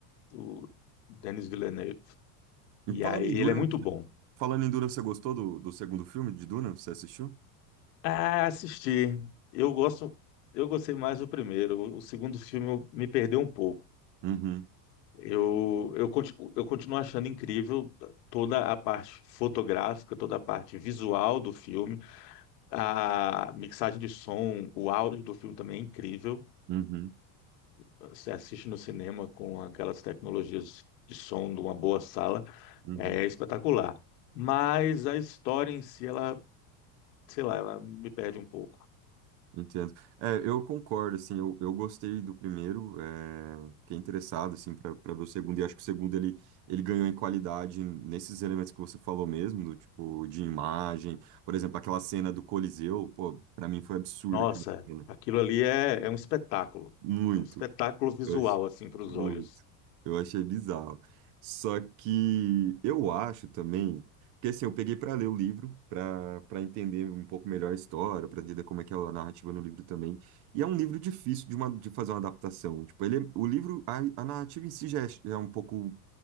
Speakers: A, on the left; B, on the right.
A: o Denis Villeneuve.
B: E
A: E
B: falando
A: aí
B: em Duna,
A: ele é muito bom.
B: falando em Duna, você gostou do, do segundo filme de Duna? Você assistiu?
A: Ah, assisti. Eu gosto, eu gostei mais do primeiro. O, o segundo filme eu- me perdeu um pouco.
B: Uhum.
A: Eu, eu, continuo, eu continuo achando incrível toda a parte fotográfica, toda a parte visual do filme A mixagem de som, o áudio do filme também é incrível.
B: Uhum,
A: Você assiste no cinema com aquelas tecnologias de som de uma boa sala,
B: uhum.
A: é espetacular. Mas a história em si, ela, sei lá, ela me perde um pouco.
B: Entendo. É, eu concordo, assim, eu, eu gostei do primeiro, é, fiquei interessado, assim, para para ver o segundo, e acho que o segundo ele, ele ganhou em qualidade nesses elementos que você falou mesmo, do tipo, de imagem, por exemplo, aquela cena do Coliseu, pô, pra mim foi absurda
A: Nossa,
B: aquela cena,
A: aquilo ali é, é um espetáculo.
B: muito.
A: É um espetáculo visual,
B: Eu ach-
A: assim, para os
B: Muito.
A: olhos.
B: Eu achei bizarro. Só que eu acho também, porque assim, eu peguei para ler o livro, para para entender um pouco melhor a história, para entender como é que é a narrativa no livro também. E é um livro difícil de, uma, de fazer uma adaptação. Tipo, ele, é- o livro, a, a narrativa em si já é, ch- já é um pouco,